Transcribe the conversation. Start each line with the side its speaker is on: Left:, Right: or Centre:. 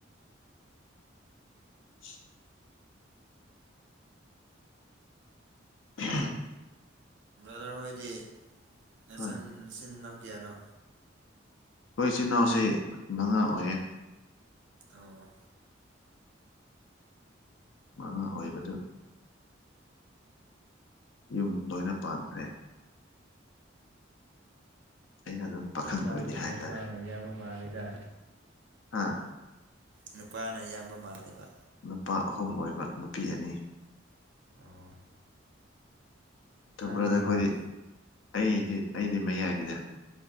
Left: <unintelligible> ꯑ
Right: ꯑꯣꯗꯔ ꯍꯣꯏꯗꯤꯆ
Left: ꯍꯣꯏ
Right: ꯁꯤ ꯅꯧ ꯀꯌꯥꯅꯣ
Left: ꯑꯩꯈꯣꯏ ꯏꯆꯤꯜ ꯏꯅꯥꯎꯁꯤ ꯃꯉꯥ ꯑꯣꯏꯌꯦ
Right: ꯑꯣ
Left: ꯃꯥ ꯑꯣꯏꯏꯕꯗꯨ ꯌꯨꯝ ꯂꯣꯏꯅ ꯄꯥꯟꯈ꯭ꯔꯦ ꯑꯩꯅ ꯑꯗꯨꯝ ꯄꯥꯈꯪ
Right: ꯅꯨꯄꯥ
Left: ꯑꯣꯏꯔꯤ ꯍꯥꯏꯇꯥꯔꯦ
Right: ꯅꯨꯄꯥꯅ ꯑꯌꯥꯝꯕ ꯃꯥꯜꯂꯤꯗ
Left: ꯍꯥꯥ
Right: ꯅꯨꯄꯥꯅ ꯑꯌꯥꯝꯕ ꯃꯥꯜꯂꯤꯕ
Left: ꯅꯨꯄꯥ ꯑꯍꯨꯝ ꯑꯣꯏꯕ ꯅꯨꯄꯤ ꯑꯅꯤ
Right: ꯑꯣ
Left: ꯇꯨꯝꯝꯕ꯭ꯔꯥꯗ
Right: ꯅꯪꯅ
Left: ꯑꯩꯈꯣꯏꯗꯤ
Right: ꯂꯥꯁ
Left: ꯑꯩꯗꯤ ꯑꯩꯗꯤ ꯃꯌꯥꯏꯅꯤꯗ